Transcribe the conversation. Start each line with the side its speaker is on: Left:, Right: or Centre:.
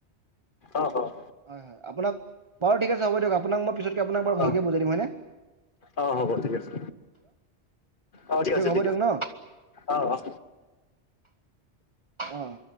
Left: অ', অ',
Right: হয়, হয়, আপোনাক বাৰু ঠিক আছে হ' দিয়ক আপোনাক মই আপোনাক বাৰু
Left: অ
Right: ভালকে বুজাই দিম হয় ননে
Left: অ', হব ঠিক আছে অ', ঠিক
Right: দিয়ক
Left: আছে
Right: হ'ব
Left: থ
Right: দিয়ক ন
Left: অ', অ',
Right: আহ,